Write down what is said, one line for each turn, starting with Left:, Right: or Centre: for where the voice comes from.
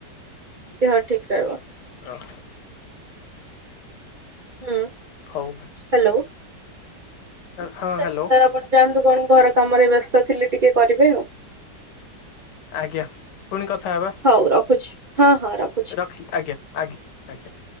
Right: ଦେହ ଠିକ୍ ରହିବ।
Left: ରଅ।
Right: ହୁଁ
Left: ହଉ
Right: ହାଲୋ ଆଛା
Left: ହଁ ହ୍ୟାଲୋ
Right: <inaudible> ଆପଣ। ଯାଆନ୍ତୁ କଣ ଘର କାମରେ ବ୍ୟସ୍ତ ଥିଲେ ଟିକେ କରିବେ ଆଉ।
Left: ଆଜ୍ଞା ପୁଣି କଥା ହବା।
Right: ହଉ ରଖୁଛି ହଁ ହଁ ରଖୁ
Left: ରଖିଲି ଆଜ୍ଞା ଆଜ୍ଞା ଆଜ୍ଞା।